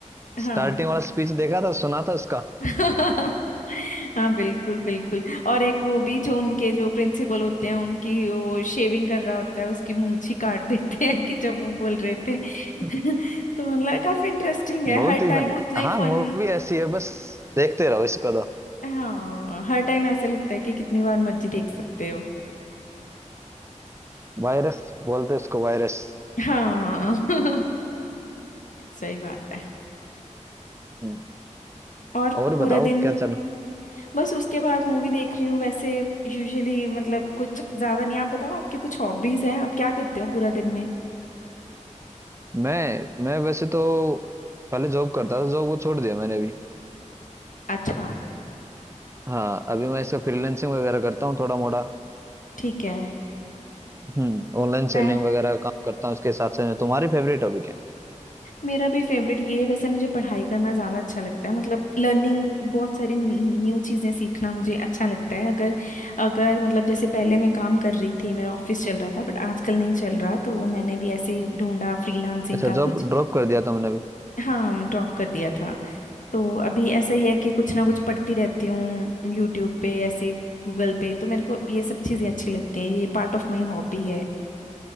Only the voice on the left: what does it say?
हाँ
<laughs> हाँ बिल्कुल बिल्कुल और एक वो भी जो उनके जो प्रिंसिपल होते हैं उनकी वो शेविंग कर रहा होता है उसकी मूंछ ही काट देते हैं कि जब वो बोल रहे थे <laughs>
तो मतलब काफी इंटरेस्टिंग है
हर
टाइम
उतना ही
फन
हाँ हर टाइम ऐसे लगता है कि कितनी बार मर्जी देख सकते हो
हाँ <laughs> सही बात है
और
पूरा
दिन
बस उसके बाद मूवी देख रही हूँ वैसे यूजुअली मतलब कुछ ज्यादा नहीं आप बताओ आपकी कुछ हॉबीज हैं आप क्या करते हो पूरा दिन में
अच्छा
ठीक है
मैं
मेरा भी फेवरेट ये है वैसे मुझे पढ़ाई करना ज़्यादा अच्छा लगता है मतलब लर्निंग बहुत सारी न्यू चीज़ें सीखना मुझे अच्छा लगता है अगर अगर मतलब जैसे पहले मैं काम कर रही थी मेरा ऑफिस चल रहा था बट आजकल नहीं चल रहा तो मैंने भी ऐसे ही ढूंढा फ्रीलांसिंग
का कुछ
हाँ ड्रॉप कर दिया था तो अभी ऐसा ही है कि कुछ ना कुछ पढ़ती रहती हूँ यूट्यूब पे ऐसे गूगल पे तो मेरे को ये सब चीज़ें अच्छी लगती हैं ये पार्ट ऑफ माई हॉबी है